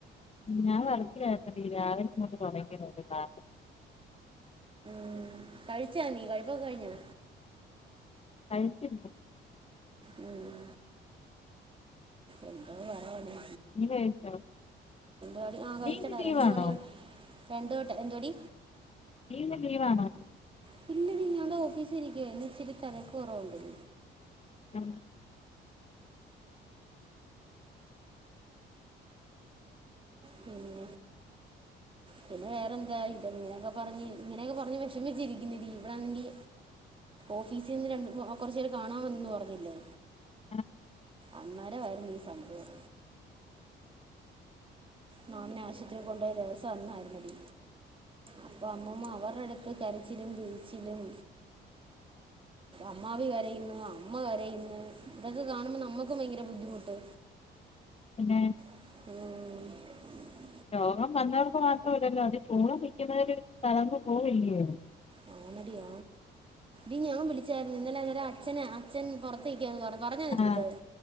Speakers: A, on the left; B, on the right.
A: ഞാൻ വർക്കിലായിരുന്നെടീ രാവിലെ മുതല് തൊടങ്ങിയതാ
B: ഉം കഴിച്ചാ നീ കഴിപ്പൊക്കെ കഴിഞ്ഞോ
A: കഴിച്ചില്ല
B: ഉം എന്തോ പറയാന്
A: നീ കഴിച്ചോ
B: മണി ആ കഴിച്ചടാ
A: നീ ഇന്ന് ലീവാണോ
B: രണ്ട് മണി രണ്ട് വട്ടം എന്തോടി
A: നീ ഇന്ന് ലീവാണോ
B: പിന്നടി ഞുടെ ഓഫീസ് ഇരിക്കുവായിന്ന് ഇച്ചിരി തലക്ക് കുറവുണ്ട
A: ആഹ
B: പിന്നെ പിന്നെ വേറെന്താ ഇത ഇങ്ങനെയൊക്കെ പറഞ്ഞ് ഇങ്ങനെയൊക്കെ പറഞ്ഞ് വിഷമിച്ചിരിക്കുന്നില്ലീ ഇവിടൊണെങ്കി ഓഫീസിൽ നിന്ന് ര കൊറച്ചര് കാണാമന്നു പറഞ്ഞില്ലേ
A: ആ
B: അന്നേരമായിരുന്നു സംഭവം മാമനെ ആശുപത്രിയിൽ കൊണ്ട ദിവസം അന്നായിരുന്നടി അപ്പൊ അമ്മൂമ്മ അവർ ഒടെടുത്ത് കരച്ചിലും വീഴിച്ചിലും അമ്മാവി കരയുന്നു അമ്മ കരയുന്നു ഇതൊക്കെ കാണുമ്പോ നമ്മുക്ക് ഭയങ്കര ബുദ്ധിമുട്ട്
A: ഉം
B: മ്
A: രോഗം വന്നവക്ക് മാത്രമല്ലല്ലോ അത് ചൂണ് നിൽക്കുന്നരു സ്ഥലന്നു പോൂവല്ലയോ
B: ഞാനടിയ ഇ ഞാൻ വിളിച്ചായിരുന്നുഇന്നലെ അന്നര അച്ഛെ അച്ഛൻ പുറത്തേക്കാന്ന് പറ പറഞ്ഞതിന്റെറെ
A: ആഹ്
B: അടുത്തത്